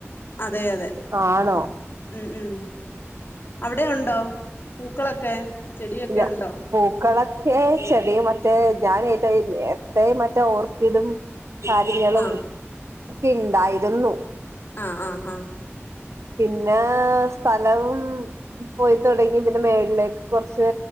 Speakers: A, on the left; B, on the right.
A: അതെ അതെ
B: ആണോ
A: ഉം ഉം അവിടെ ഉണ്ടോ പൂക്കളൊക്കെ ചെടിയൊക്കെ
B: ഇല്ല
A: ഉണ്ടോ
B: പൂക്കളൊക്കെ ചെടിയ മറ്റേ ഞാൻ ഏറ്റവും എത്രയും മറ്റേ ഓർക്കിഡും കാര്യങ്ങളും
A: ആഹ്
B: ഒക്കെ ഉണ്ടായിരുന്നു
A: ആഹ് ആഹ് ആഹ
B: പിന്നെ സ്ഥലം പോയി തുടങ്ങി പിന്നെ മേുകളിലേക്ക് കുറച്ച്